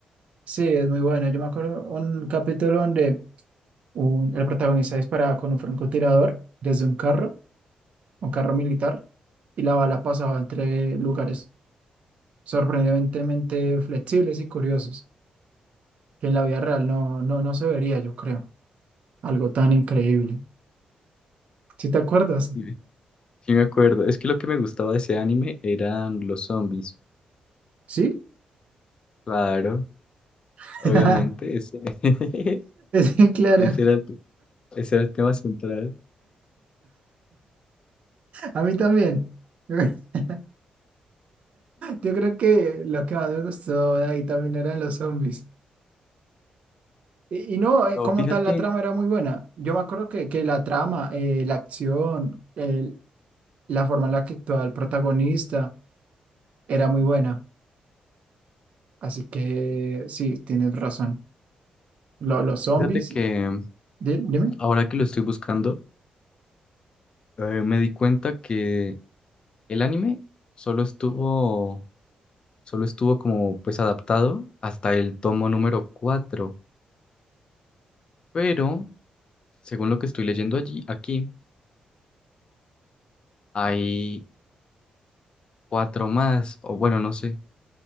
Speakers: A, on the right (about 55°); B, on the left (about 35°).
A: sí, es muy bueno. Yo me acuerdo un capítulo donde un- el protagonista disparaba con un francotirador desde un carro un carro militar y la bala pasaba entre lugares sorprendentemente flexibles y curiosos, que en la vida real no, no, no se vería, yo creo. Algo tan increíble. ¿Sí te acuerdas?
B: <laughs> Sí, me acuerdo. Es que lo que me gustaba de ese anime eran los zombies.
A: ¿Sí?
B: Claro,
A: <laughs>
B: obviamente. Ese, <laughs>
A: Sí, claro.
B: ese era el, ese era el tema central.
A: A mí también. <laughs> Yo creo que lo que más me gustó de ahí también eran los zombies. Y, y no, eh,
B: No,
A: como
B: fíjate,
A: tal, la trama era muy buena. Yo me acuerdo que, que la trama, eh, la acción, el- la forma en la que actuaba el protagonista era muy buena. Así que sí, tienes razón. Lo- los zombies,
B: fíjate que
A: di- dime.
B: ahora que lo estoy buscando, eh, me di cuenta que el anime solo estuvo, solo estuvo como pues adaptado hasta el tomo número cuatro, Pero, según lo que estoy leyendo allí, aquí, hay cuatro más. O bueno, no sé.